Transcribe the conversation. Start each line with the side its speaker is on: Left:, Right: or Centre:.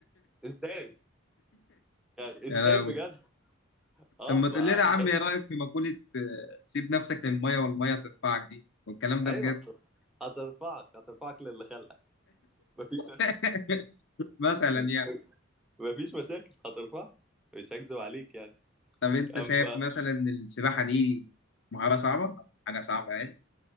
Centre: ازاي يعني ازاي
Left: يا لهوي.
Centre: بجد اه
Left: طب ما تقول
Centre: ف...
Left: لنا يا عم ايه رايك في مقوله آه، سيب نفسك للميه والميه تدفعك دي والكلام ده
Centre: ايوه
Left: بجد
Centre: هت- هترفعك هترفعك للي خلقك مفيش
Left: <laughs> مثلا يعني
Centre: <laughs> مفيش مشاكل هترفعك مش هكذب عليك يعني
Left: طب انت
Centre: اما
Left: شايف مثلا ان السباحه دي مهاره صعبه حاجه صعبه يعني